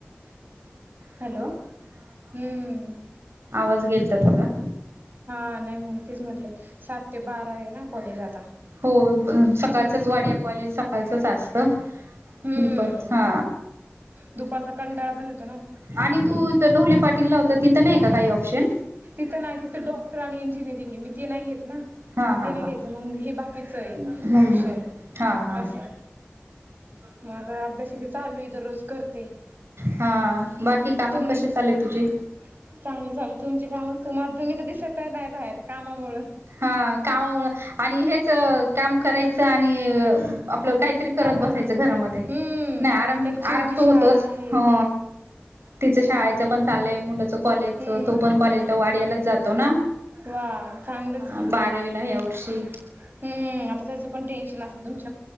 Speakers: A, on the right; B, on the right.
A: हॅलो हमम
B: आवाज गेलता तुझा
A: हा नाही मग तेच म्हटलं सात ते बारा आहे ना कॉलेज आता
B: हो सकाळचच
A: हम्म
B: वाड्या कॉलेज सकाळचंच असत
A: हम्म
B: दुपार हा
A: दुपारचा कंटाळा पण येतो ना.
B: आणि तूथ ढोले पाटील ला होता तिथं नाही का काही ऑप्शन
A: तिथं नाही तिथं डॉक्टर आणि इंजिनिरंग मी ती नाही घेत ना
B: हा
A: मला
B: हा
A: ते नाही
B: हा
A: घ्यायचं मग हे बाकीचं आहे
B: हम्म
A: ऑप्शन
B: हम्म हा हा
A: असं मग आता अभ्यास चालू आहे दररोज करते
B: हा बाकी कामं
A: तुम्ही
B: कसे
A: चांगले
B: चालले तुझे
A: चालू तुमचे कामच तुम्हाला तुम्ही तर दिस तर नाही बाहेर कामामुळेळ
B: हा कामामुळ आणि हेच काम करायचं आणि आपलं काहीतरी करत
A: आराम
B: बसायचं घरामध्ये
A: हम्म
B: नाही आराम
A: त्यात चिवची
B: आराम तर
A: शाळा
B: होतोच
A: आहे
B: हो
A: ते
B: तिचं शाळेचं पण चालय मुलाच कॉलेजच
A: हम्म
B: तो पण कॉलेजला वाडीयालाच जातो ना
A: वा चांगलच
B: हा
A: की हम्म
B: बारावीला ह्या वर्षी
A: आता त्याच पण टेन्शन असेल तुम